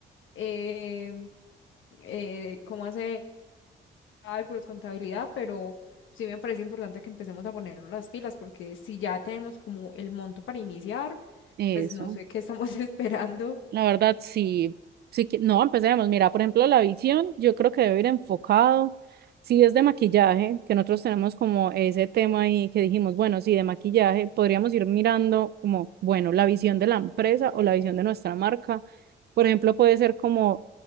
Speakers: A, on the left; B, on the right.
A: eh, eh, cómo hacer cálculos, contabilidad, pero sí me parece importante que empecemos a poner las pilas porque si ya tenemos como el monto para iniciar,
B: Eso.
A: pues no sé qué estamos <laughs> esperando.
B: La verdad, sí, sí que, no, empecemos. Mira, por ejemplo, la visión, yo creo que debe ir enfocado. Si es de maquillaje, que nosotros tenemos como ese tema ahí que dijimos, bueno, sí, de maquillaje, podríamos ir mirando como, bueno, la visión de la empresa o la visión de nuestra marca. Por ejemplo, puede ser como